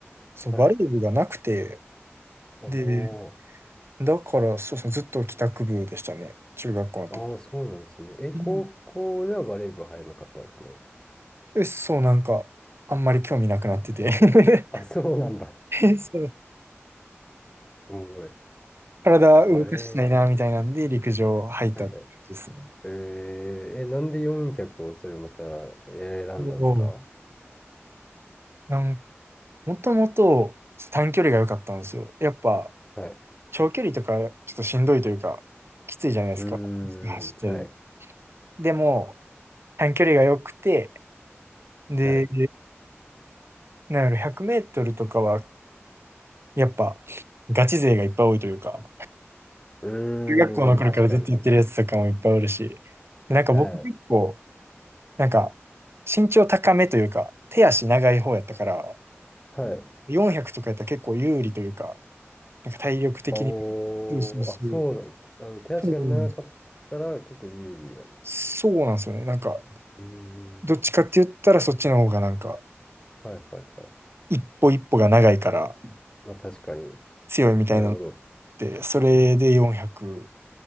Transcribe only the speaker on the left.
はい。お
ー、
ああ、そうなんですね。え、高校ではバレー部入らなかったんですね。
あ、
そうなんだ。
<laughs> おもろい。
あ、バレー部、
はいはい。えーえ、なんで400をそれまた選んだんですか
はい
うーん、
はい、
はい。
うーん、
確かに。
はい、
はい。
おー、
あ、そうなんあの、手足が長かったら結構有利なんだ。
うー
ん、はい、はい、はい。
まあ確かに。
なるほど。